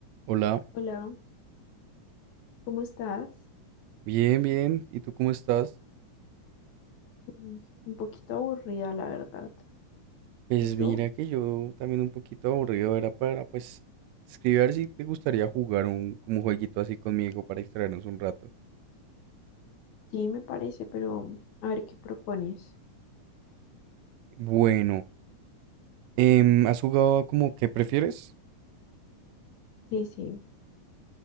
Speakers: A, on the right; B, on the left.
A: Hola,
B: Hola, ¿cómo estás?
A: bien, bien. ¿Y tú cómo estás?
B: Mm, Un poquito aburrida, la verdad.
A: Pues
B: ¿Y tú?
A: mira que yo también un poquito aburrido era para pues escribir a ver si te gustaría jugar un como un jueguito así conmigo para distraernos un rato.
B: Sí, me parece, pero a ver qué propones.
A: Bueno, em, ¿has jugado como qué prefieres?
B: Sí, sí,